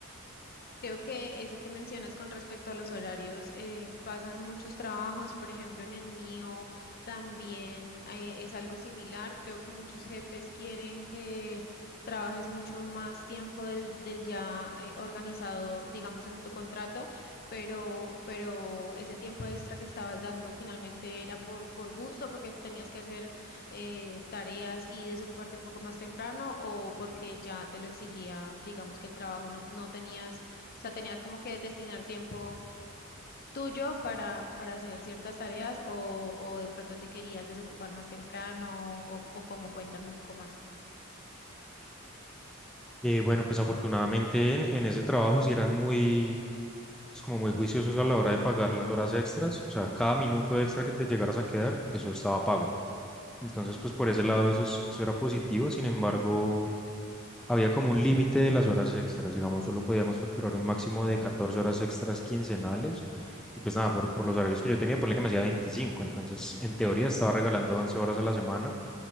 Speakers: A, on the left; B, in the centre.
A: Creo que eso que mencionas con respecto a los horarios, eh, pasan muchos trabajos, por ejemplo, en el mío también eh, es algo similar. Creo que muchos jefes quieren que trabajes mucho más tiempo del, del ya eh, organizado, digamos, en tu contrato, pero, pero ese tiempo extra que estabas dando finalmente era por, por gusto, porque tenías que hacer eh, tareas y desocuparte un poco más temprano o porque ya te lo exigía, digamos, que el trabajo no, no tenías o sea, tenías como que destinar tiempo tuyo para, para hacer ciertas tareas o, o de pronto te querías desocupar más temprano o, o como cuéntame un poco más.
B: Eh, bueno, pues afortunadamente en, en ese trabajo sí eran muy, pues como muy juiciosos a la hora de pagar las horas extras, o sea, cada minuto extra que te llegaras a quedar, eso estaba pago. Entonces, pues por ese lado eso, es- eso era positivo, sin embargo, había como un límite de las horas extras, digamos, solo podíamos facturar un máximo de 14 horas extras quincenales y pues nada, por, por los horarios que yo tenía, ponle que me hacía veinticinco entonces en teoría estaba regalando 11 horas a la semana